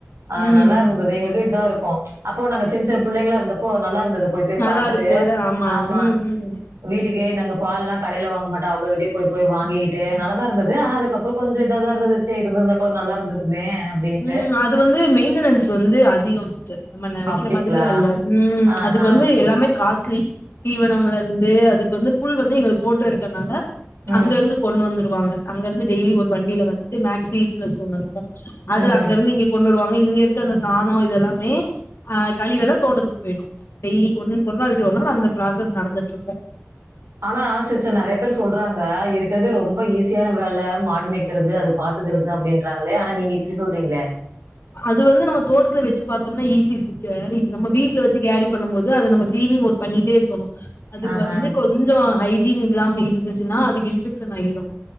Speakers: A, on the right; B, on the left.
A: அ
B: ம்
A: நல்லாருந்துது
B: ம்
A: எங்ளுக்கே இதா இருக்கு அப்போ நாங்க சின் சின புள்ளைங்ளா இருந்தப்போ நல்லாருந்துது போய் போய்
B: நல்லா
A: பாத்துட்டு
B: இருக்குல்ல
A: ஆமா
B: ம் ம்
A: வீட்டுக்கு நாங்க பால்லா கடைல வாங்க மாட் அவுங்க கிட்டியே போய் போய் வாங்கிகிட்டு நல்லாதா இருந்துது ஆனா அதுக்கப்புற கொஞ்சோ இதாதா இருந்துது சேர் இருந்திருந்தா கூட நல்லா இருந்துருக்குமே அப்டின்ட்டு
B: ம் அது வந்து மெயின்டனன்ஸ் வந்து அதிகோ சிஸ்டர் நம்ம நனைக்கிற
A: அப்டிங்களா?
B: மாதிரிலா இல்ல ம்
A: ஆஹா.
B: அதுக்கு வந்து எல்லாமே மே காஸ்ட்லி தீவனம்ல இருந்து அதுக்கு வந்து புல் வந்து எங்க தோட்டோ இருக்கறனால
A: ம்.
B: அங்க இருந்து கொண்டு வந்துரு வாங்க அங்க இருந்து டெய்லி ஒரு வண்டில வந்துட்டு மேக்ஸி பிளஸ் ஒண்ணு இருக்கு அது
A: ம்ஹ்ம்.
B: அங்க இருந்து இங்கே கொண்டருவாங்க இங்க இருக்க அந்த சாணோ இதெல்லாமே அ கழிவெல்லா தோட்டத்துக்கு பேய்டு டெய்லி ஒன் ஒரு நாள் விட்டு ஒரு நாள் அந்த ப்ராசஸ் நடந்துட்ருக்கு
A: ஆனா சிஸ்டர் நெறைய பேர் சொல்றாங்க இருக்கறதுலே ரொம்ப ஈஸியான வே ல மாடுமேய்க்கிறது அது பாத்துக்கிறதா அப்டின்றாங்களே ஆனா நீங்க இப்டி சொல்றீங்ளே
B: அது வந்து நம்ம தோட்டத்துல வெச்சு பாத்தோம்னா ஈசி சிஸ் டர் இது நம்ம வீட்ல வச்சு கேரி ங் பண்ணும்போது அத நம்ம கீளினிங் ஒர்க் பண்ணிட்டே இருக்கணு அதுக்கு
A: ஆஹா.
B: வந்து கொஞ்சோ ஹைஜீன் இல்லாம இருந்துச்சுனா அதுக்கு இன்ஃபெக்ஷன் ஆயிடு